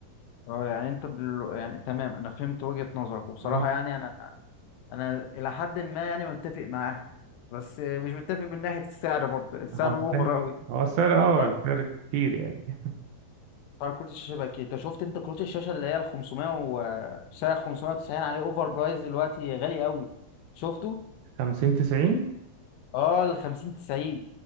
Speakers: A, on the left; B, on the right.
A: اه يعني انت دل... يعني تمام انا فهمت وجهة نظرك وبصراحة
B: مم.
A: يعني انا انا الى حد ما يعني متفق معاها بس مش متفق من ناحية السعر برضه السعر
B: هو السعر
A: اوفر اوي
B: هو السعر اه
A: اسعار
B: السعر كتير يعني
A: اسعار كروت الشاشه بقى كده انت شفت انت كروت الشاشه اللي هي ال 500 و سعر 590 عليه اوفر برايس دلوقتي غالي قوي شفته
B: خمسين تسعين
A: اه ال 50 90